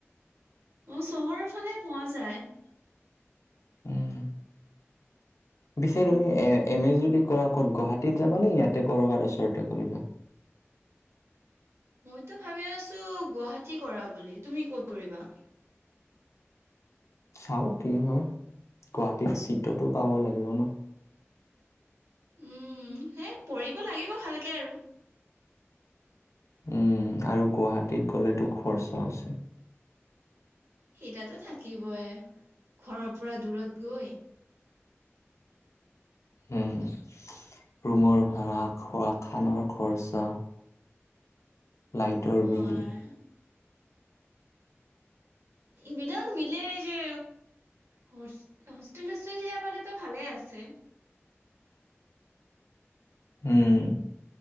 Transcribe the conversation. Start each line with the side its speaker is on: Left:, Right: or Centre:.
Right: অ, চহৰৰ ফালে পোৱা যায়।
Left: উম পিছে তুমি এ এম এ যদি কৰা কত গুৱাহাটীত যাবা নে ইয়াতে কৰবাত ওচৰতে কৰিবা?
Right: মইতো ভাবি আছো গুৱাহাটী কৰা বুলি তুমি ক'ত কৰিবা?
Left: চাও কি হয় গুৱাহাটীত চিতটোত পাব লাগিব ন।
Right: উম সেই পঢ়িব লাগিব ভালকে আৰু।
Left: উম আৰু গুৱাহাটীত গ'লেতো খৰাচো আছে।
Right: সেইতাতো থাকিবই ঘৰৰ পৰা দূৰত গৈ
Left: উম ৰুমৰ ভাড়া খোৱা খানাৰ খৰচা। লাইটৰ
Right: হয়
Left: বিল।
Right: বিলাক মিলে যে হোষ্টেল চোষ্টেল যাবলে ত ভালে আছে।
Left: উম।